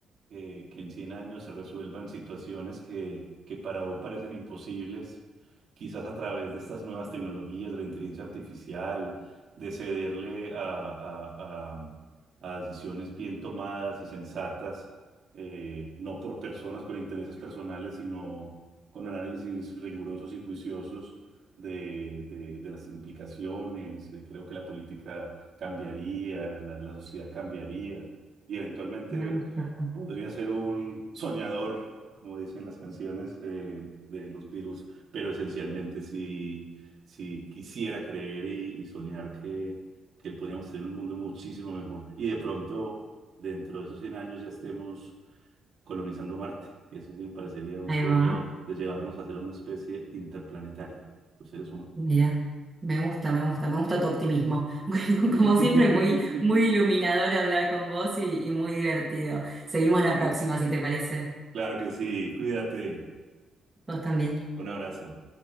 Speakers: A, on the right (about 55°); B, on the right (about 20°).
A: que, que en 100 años se resuelvan situaciones que, que para hoy parecen imposibles, quizás a través de estas nuevas tecnologías, de la inteligencia artificial, de cederle a, a- a- a decisiones bien tomadas y sensatas, eh, no por personas con intereses personales, sino con análisis rigurosos y juiciosos de, de- de las implicaciones. Eh, Creo que la política cambiaría, la, la sociedad cambiaría y eventualmente
B: Me gusta.
A: podría ser un soñador, como dicen las canciones eh, de los Beatles, pero esencialmente si, si quisiera creer y, y soñar que, que podríamos tener un mundo muchísimo mejor y de pronto dentro de esos 100 años ya estemos colonizando Marte. Eso sí me parecería un
B: Ahí
A: sueño
B: va.
A: de llevarnos a ser una especie interplanetaria, los seres humanos.
B: Mira, me gusta, me gusta, me gusta tu optimismo. <laughs> Bueno, como
A: <laughs>
B: siempre, muy, muy iluminador hablar con vos y, y muy divertido. Seguimos la próxima, si te parece.
A: Claro que sí, cuídate.
B: Vos también.
A: Un abrazo.